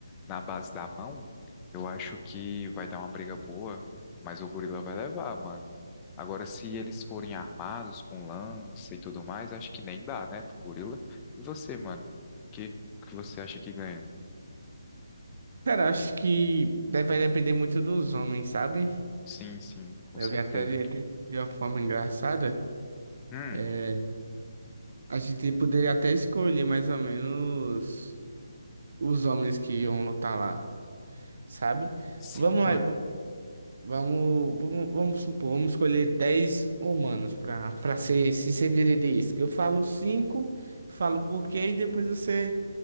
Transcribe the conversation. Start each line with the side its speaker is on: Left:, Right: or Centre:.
Left: na base da mão, eu acho que vai dar uma briga boa, mas o gorila vai levar, mano. Agora, se eles forem armados com lança e tudo mais, acho que nem dá, né, pro gorila. E você, mano? O Que que você acha que ganha?
Right: Cara, acho que deve depender muito dos homens, sabe?
Left: Sim, sim, com
Right: Eu
Left: certeza.
Right: vi até de, de de uma forma engraçada.
Left: Hum,
Right: É, a gente poderia até escolher mais ou menos os homens que iam lutar lá, sabe?
Left: sim,
Right: Vamos
Left: mano,
Right: lá, Vamos, vamos, vamos supor, vamos escolher 10 humanos para para ser se sincerista. Eu falo cinco falo por quê, e depois você